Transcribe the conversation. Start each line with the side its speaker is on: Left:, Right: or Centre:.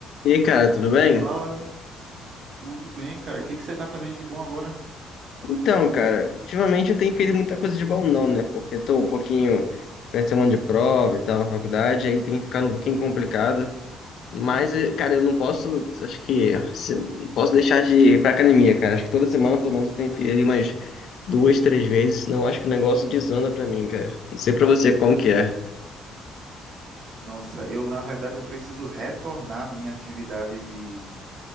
Left: E aí, cara, tudo bem?
Right: Fala, tudo bem, cara? O que que você está fazendo de bom agora?
Left: Então, cara, ultimamente eu tenho feito muita coisa de bom não, né? Porque tô um pouquinho perto de semana de prova e tal na faculdade, aí tem ficado um pouquinho complicado. Mas, eh, cara, eu não posso, acho que, se- não posso deixar de ir pra academia, cara. Acho que toda semana, pelo menos, eu tenho que ir ali umas duas, três vezes, senão eu acho que o negócio desanda pra mim, cara. Não sei pra você como que é.
Right: Nossa, eu, na verdade, eu preciso retornar à minha atividade de,